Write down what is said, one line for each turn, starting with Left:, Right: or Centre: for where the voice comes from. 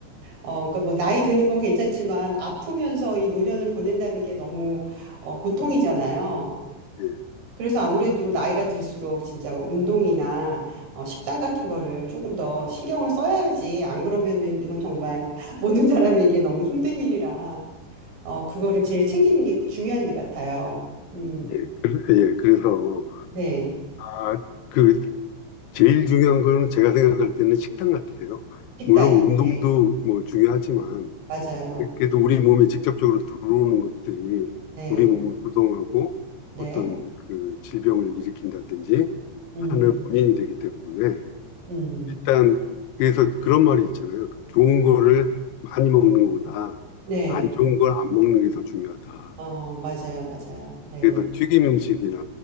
Right: 어, 그러니까 뭐 나이 드는 건 괜찮지만 아프면서 이 노년을 보낸다는 게 너무 어, 고통이잖아요.
Left: 예,
Right: 그래서 아무래도 나이가 들수록 진짜 뭐 운동이나 어, 식단 같은 거를 조금 더 신경을 써야지. 안 그러면은 이건 정말 <laughs> 모든 사람에게 너무 힘든 일이라 어, 그거를 제일 챙기는 게 중요한 일 같아요. 음,
Left: 예, 그- 예, 그래서
Right: 네.
Left: 아, 그 제일 중요한 거는 제가 생각할 때는 식단 같아요.
Right: 식단.
Left: 물론 운동도
Right: 네,
Left: 뭐 중요하지만
Right: 맞아요.
Left: 그래도 우리 몸에 직접적으로 들어오는 것들이
Right: 네,
Left: 우리 몸을 구성하고
Right: 네.
Left: 어떤 그 질병을 일으킨다든지
Right: 음,
Left: 하는 원인이 되기 때문에
Right: 음,
Left: 일단 그래서 그런 말이 있잖아요. 좋은 거를 많이 먹는 것보다
Right: 네.
Left: 안 좋은 걸 안 먹는 게 더 중요하다.
Right: 어, 맞아요, 맞아요. 네,
Left: 그래서 튀김 음식이나